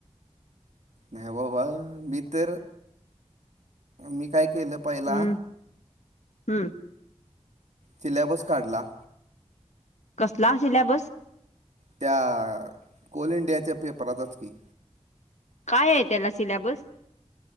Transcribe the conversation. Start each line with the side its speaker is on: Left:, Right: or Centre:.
Right: नाही बाबा मी तर मी. काय केलं पहिला.
Left: हम्म हम्म
Right: सिलेबस काढला.
Left: कसला असेल सिल्याबस.
Right: त्या कोल इंडियाच्या पेपरातच की.
Left: काय आहे त्याला सिलेबस.